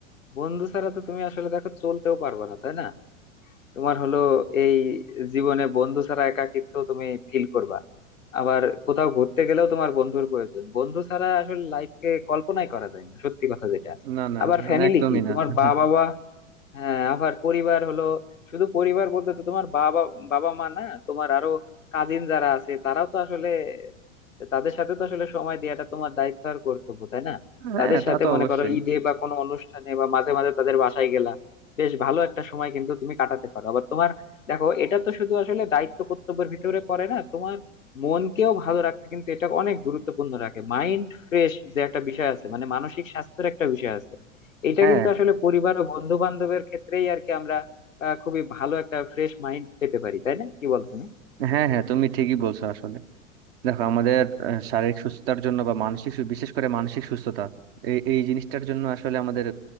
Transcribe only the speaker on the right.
না না
না,
একদমই
না
<laughs>
হ্যাঁ
তা
তো
অবশ্যই
হ্যাঁ
হ্যাঁ হ্যাঁ তুমি ঠিকই বলছো আসলে দেখো আমাদের আহ, শারীরিক সুস্থতার জন্য বা মানসিক সু- বিশেষ করে মানসিক সুস্থতা এই এই জিনিসটার জন্য আসলে আমাদের